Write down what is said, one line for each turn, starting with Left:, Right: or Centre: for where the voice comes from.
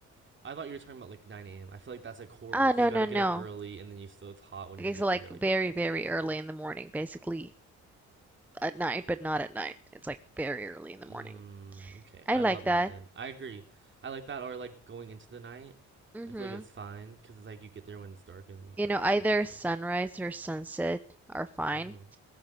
Right: I thought you were talking about like 9 a.m. I feel like that's like horrible
Centre: Ah,
Right: because
Centre: no,
Right: you got
Centre: no,
Right: to
Centre: no.
Right: get up early and then you still it's hot when
Centre: Okay,
Right: you get
Centre: so like
Right: there. Like,
Centre: very, very early in the morning, basically at night, but not at night. It's like very early in the morning.
Right: Mm, okay.
Centre: I
Right: I
Centre: like
Right: love
Centre: that.
Right: that then. I agree. I like that or like going into the night.
Centre: Mm-hmm.
Right: I feel like it's fine because it's like you get there when it's dark and then you can
Centre: You know,
Right: like
Centre: either
Right: sleep and stuff.
Centre: sunrise or sunset are fine.
Right: Mm-hmm.